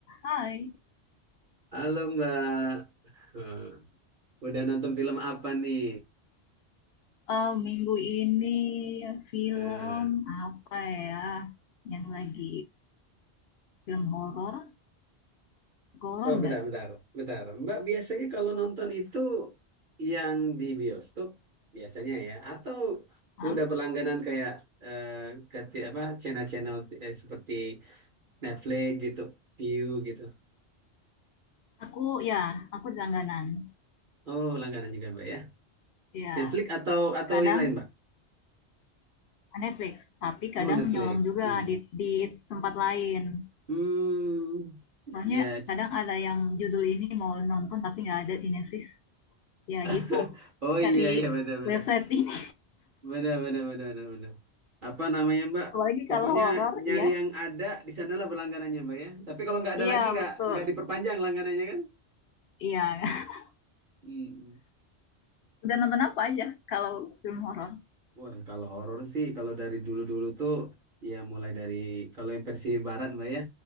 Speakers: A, on the left; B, on the right.
A: Hai,
B: Halo Mbak, Eh, udah nonton film apa nih?
A: Eh, minggu ini film
B: Eh,
A: apa ya yang lagi film horor? Horor
B: oh
A: nggak?
B: bentar, bentar, bentar. Mbak biasanya kalau nonton itu yang di bioskop biasanya ya, atau
A: Hah?
B: udah berlangganan kayak eh, ke ti- apa channel-channel eh, seperti Netflix gitu, View gitu.
A: Aku ya, aku langganan.
B: Oh langganan juga Mbak ya.
A: Ya,
B: Netflix atau atau
A: kadang
B: yang lain Mbak?
A: Netflix, tapi kadang
B: Oh Netflix.
A: nyolong juga
B: Hmm.
A: di di tempat lain.
B: Hmm.
A: Soalnya
B: Ya.
A: kadang ada yang judul ini mau nonton tapi nggak ada di Netflix. Ya
B: <laughs>
A: gitu,
B: Oh
A: cari
B: iya iya benar-benar.
A: website ini.
B: Benar, benar, benar, benar, benar. Apa namanya,
A: <laughs>
B: Mbak?
A: Apalagi
B: Pokoknya
A: kalau horor,
B: nyari
A: iya.
B: yang ada di sanalah berlangganannya, Mbak ya. Tapi kalau nggak ada
A: Iya
B: lagi, nggak
A: betul.
B: nggak diperpanjang langganannya kan?
A: Iya. <laughs>
B: Hmm.
A: Udah nonton apa aja kalau film horor?
B: Wah, kalau horor sih, kalau dari dulu-dulu tuh, ya mulai dari kalau yang versi barat, Mbak ya,